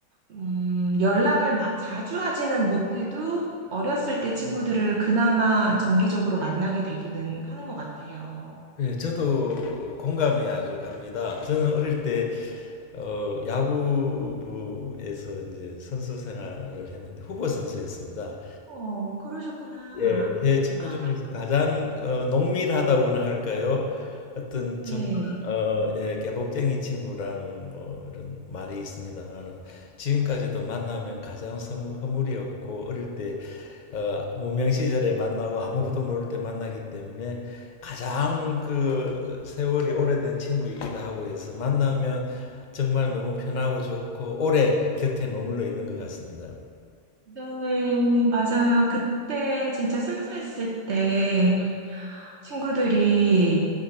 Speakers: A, on the right; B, on the left.
A: 음, 연락을 마- 자주 하지는 못해도 어렸을 때 친구들을 그나마 정기적으로 만나게 되기는 하는 것 같아요.
B: 예, 저도 공감이 아주 갑니다. 저는 어릴 때 어, 야구부에서 이제 선수 생활을 했는데 후보 선수였습니다.
A: 어, 그러셨구나.
B: 예, 제 친구
A: 아,
B: 중에서 가장 어, 농밀하다고나 할까요? 어떤
A: 네.
B: 정말 어, 예, 깨복쟁이 친구라는 뭐 이런 말이 있습니다만은 지금까지도 만나면 가장 서무- 허물이 없고 어릴 때 어, 무명 시절에 만나고 아무것도 모를 때 만나기 때문에 가장 그 세월이 오래된 친구이기도 하고 해서 만나면 정말 너무 편하고 좋고 오래 곁에 머물러 있는 것 같습니다.
A: 네, 맞아요. 그때 진짜 순수했을 때 친구들이